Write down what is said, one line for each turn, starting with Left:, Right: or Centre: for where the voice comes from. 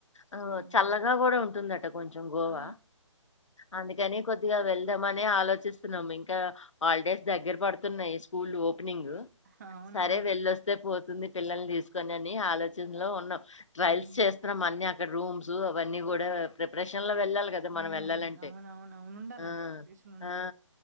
Left: ఆ
Right: అవునవును
Left: చల్లగా కూడా ఉంటుందట కొంచెం గోవా
Right: ఆ
Left: అందుక్ కాని కొద్దిగా వెళ్దాంమనే ఆలోచిస్తున్నాం ఇంకా హాలిడేస్ దగ్గర పడుతున్నాయ్ స్కూల్ పెనింగ్
Right: ఆ అవునవును
Left: సరే వెళ్ళోస్తే పోతుంది పిల్లల్ని తీసుకొని అని ఆలోచనలో ఉన్నాం ట్వెల్స్
Right: హ్మ్
Left: చేస్తున్నాం అన్ని అక్కడ రూమ్స్ అవన్నీ కూడా ప్రిపరేషన్
Right: అవున
Left: లో వెళ్ళాలి కదా
Right: మ్
Left: మనం వెళ్ళాలంటే
Right: అవునవునువును ఉండాలండి
Left: ఆ
Right: ప్రిపరేషన్ ఉండాలి
Left: ఆ